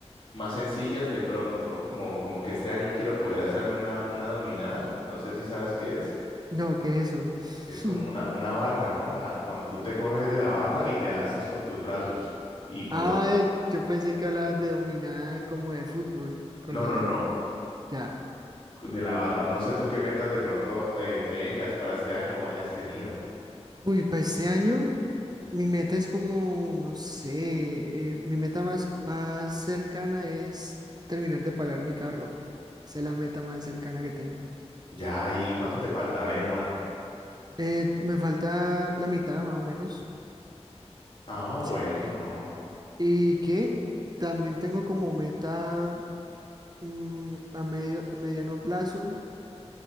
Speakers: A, on the left; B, on the right.
A: más sencillas de pronto, ¿no? Como, como que este año quiero poder hacerme una, una dominada, no sé si sabes qué es.
B: No, ¿qué es eso?
A: Es como
B: <laughs>
A: una, una barra, ¿no? La, cuando tú te corres de la barra y te alzas con tus brazos y colocas.
B: Ah, yo pensé que hablabas de dominada como de fútbol con
A: No,
B: los...
A: no, no,
B: Ya.
A: de la barra. No sé tú qué metas de pronto eh, tengas para este año o hayas tenido.
B: Uy, para este año mi meta es como, no sé, el- mi meta más, más cercana es terminar de pagar mi carro. Esa es la meta más cercana que tengo.
A: Ya, ¿y, y cuánto te falta, ve, Juan?
B: Eh, me falta la mitad más o menos,
A: Ah, bueno,
B: sí.
A: no.
B: Y que también tengo como meta mm, a medio, a mediano plazo